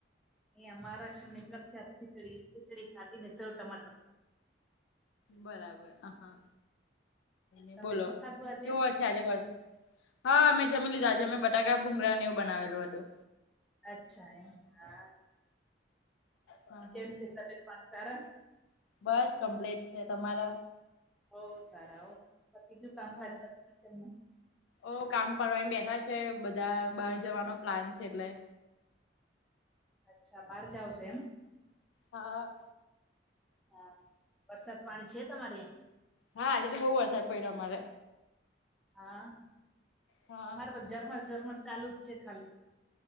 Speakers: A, in the centre; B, on the left.
A: અહં મહારાષ્ટ્ર ની પ્રખ્યાત ખીચડી ખીચડી ખાધી ને સૌ ટમાટર.
B: બરાબર હ હા એ
A: તમે
B: બોલો
A: શું ખાધું આજે
B: કેવો છે. ચારે વર્ષે હા મેમે જમી લીધા છે અમે બટાકા ભૂંગરાને એવું બનાવેલું હતું.
A: અચ્છા એમ હા.
B: હા <unintelligible>
A: કેમ છે તબિયત પણી સારા.
B: બસ કમ્પ્લીટ છે તમારા
A: ઓ સારા હો પતિજું કામકાજ
B: હા
A: પતું કિચનમાં.
B: ઓ કામ પડવા બેઠા છે બધા બહાર જવાનો પ્લાન છે એટલે.
A: અચ્છા બહાર જાાવ છો એમ.
B: હા.
A: હા વરસાદ પાણી છે તમારે.
B: હા આજે તો બહુ વરસાદ પડ્યો અમારે.
A: હા
B: હા
A: અમારે તો ઝરમ જઝરમ ચાલુ જ છે ખાલી.